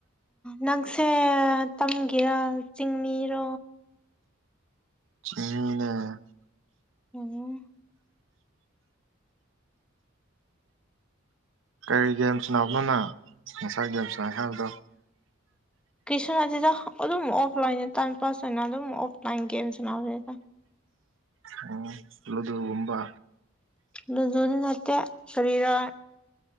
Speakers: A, in the centre; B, on the right (about 65°).
A: ꯅꯪꯁꯦ ꯇꯝꯒꯤꯔꯥ ꯆꯤꯡꯃꯤꯔꯣ
B: ꯆꯤꯡꯃꯤꯅꯦ <inaudible>
A: ꯎꯝ
B: ꯀꯔꯤ ꯒꯦꯝ ꯁꯥꯟꯅꯕꯅꯣ ꯅꯪ ꯉꯁꯥꯏ ꯒꯦꯝ ꯁꯥꯟꯅꯩ ꯍꯥꯏꯕꯗꯣ
A: ꯀꯔꯤꯁꯨ ꯅꯠꯇꯦꯗ ꯑꯗꯨꯝ ꯑꯣꯐꯂꯥꯏꯟ ꯇꯥꯏꯝ ꯄꯥꯁ ꯑꯣꯏꯅ ꯑꯗꯨꯝ ꯑꯣꯐꯂꯥꯏꯟ ꯒꯦꯝ ꯁꯅꯥꯕꯅꯤꯗ
B: ꯑꯣ ꯂꯨꯗꫭ ꯒꯨꯝꯕ
A: ꯂꯨꯗꫭꯗꯤ ꯅꯠꯇꯦ ꯀꯔꯤꯔ